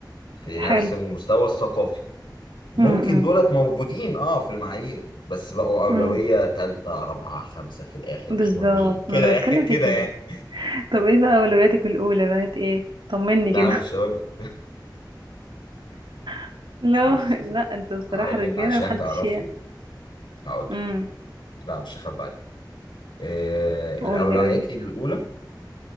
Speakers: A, on the left; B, on the right.
A: في
B: حلو
A: نفس المستوى الثقافي ممكن
B: امم
A: دولت موجودين اه في المعايير بس بقوا أولوية
B: امم
A: تالتة رابعة خمسة في الآخر
B: بالظبط
A: مش مهمين كده
B: ما انا
A: يعني
B: بتكلم
A: <laughs>
B: في
A: كده
B: كده
A: يعني
B: طب ايه بقى اولوياتك الاولى بقت ايه طمني
A: لا
B: كده
A: مش هقول لك
B: <laughs> لا
A: بص يا ستي
B: لا انتوا بصراحة
A: هقول
B: رجالة
A: لك عشان
B: محدش
A: تعرفي
B: يعني
A: هقول لك
B: امم
A: لا مش هخبي عليك آه الأولويات
B: قولي قولي
A: الأولى